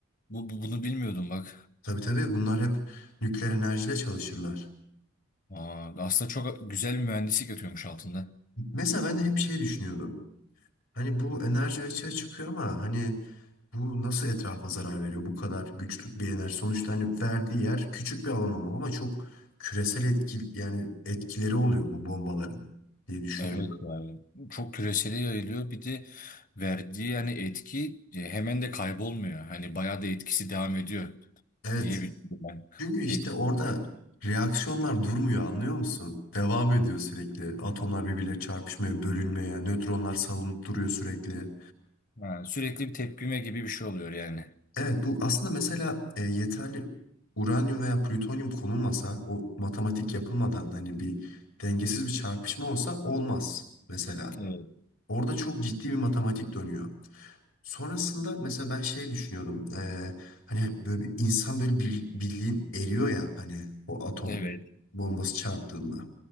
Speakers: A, on the left; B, on the left.
A: bu- bu- bunu bilmiyordum bak.
B: tabii tabii bunlar hep nükleer enerjiyle çalışırlar.
A: Aa, aslında çok güzel bir mühendislik yatıyormuş altında.
B: Mesela ben de hep şey düşünüyordum. Hani bu enerji açığa çıkıyor ama hani bu nasıl etrafa zarar veriyor bu kadar güçlü bir enerji? Sonuçta hani verdiği yer küçük bir alan olmalı ama çok küresel etki yani etkileri oluyor bu bombaların diye düşünüyordum.
A: Evet yani çok küresele yayılıyor bir de verdiği yani etki e, hemen de kaybolmuyor. Hani bayağı da etkisi devam ediyor
B: Evet.
A: diyebilirim ben.
B: Çünkü işte
A: Dedi.
B: orada reaksiyonlar durmuyor anlıyor musun? Devam ediyor sürekli. Atomlar birbirleriyle çarpışmaya, bölünmeye, nötronlar salınıp duruyor sürekli.
A: Ha, sürekli bir tepkime gibi bir şey oluyor yani.
B: Evet bu aslında mesela e, yeterli uranyum veya plütonyum konulmasa, o matematik yapılmadan hani bir dengesiz bir çarpışma olsa olmaz mesela.
A: Evet.
B: Orada çok ciddi bir matematik dönüyor. Sonrasında mesela ben şey düşünüyordum. e, hani böyle bir insan böyle bir, bildiğin eriyor ya hani o atom
A: Evet.
B: bombası çarptığında.